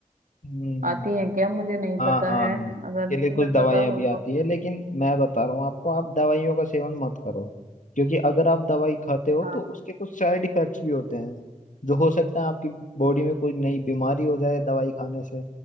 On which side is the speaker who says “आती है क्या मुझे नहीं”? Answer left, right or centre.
Right